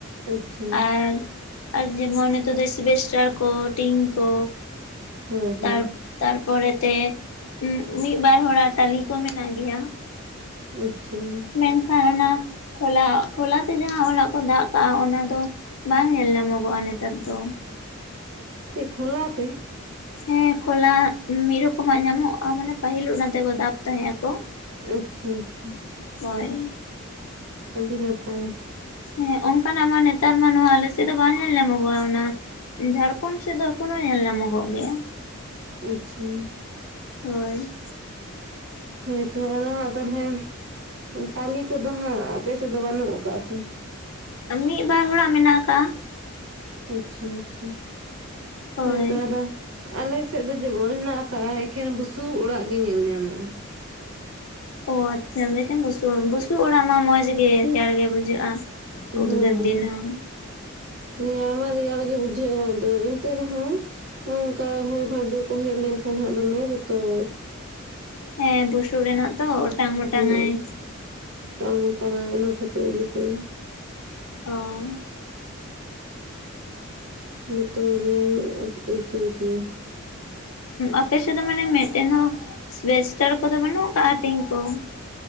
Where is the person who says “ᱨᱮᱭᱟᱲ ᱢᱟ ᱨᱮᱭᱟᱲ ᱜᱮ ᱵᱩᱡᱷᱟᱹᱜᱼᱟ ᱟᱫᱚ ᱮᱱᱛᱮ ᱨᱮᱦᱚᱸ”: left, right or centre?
Right